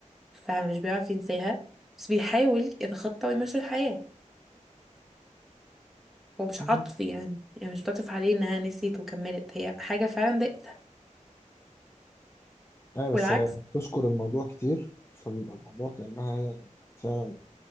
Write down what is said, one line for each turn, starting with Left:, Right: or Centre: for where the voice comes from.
Centre: فمش بيعرف ينساها بس بيحاول يتخطى ويمشي الحياة هو مش
Left: مم.
Centre: عاطفي يعني يعني مش بتعطف عليه إنها نسيت وكملت هي حاجة فعلا ضايقتها
Left: أيوة بس
Centre: والعكس
Left: هي بتذكر الموضوع كتير فبيبقى الموضوع كأنها هي كانت فعلا